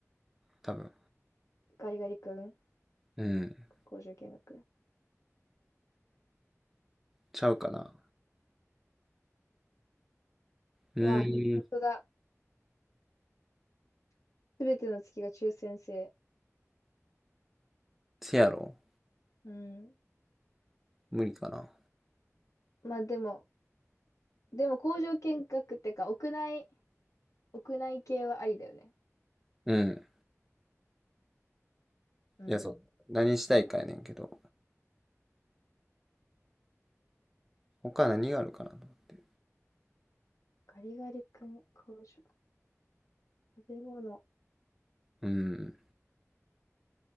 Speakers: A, in the centre; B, on the left (about 85°).
A: 多分。
B: ガリガリ君、
A: うん。
B: 工場見学。
A: ちゃうかな。うーん。
B: うわ、本当だ。すべての月が抽選制。
A: せやろ
B: うん。
A: 無理かな。
B: まあでも、でも工場見学ってか、屋内、屋内系はありだよね。
A: うん。
B: うん。
A: いや、そう。何したいかやねんけど。他何があるかなと思って。
B: ガリガリ君、工場、食べ物。
A: うん。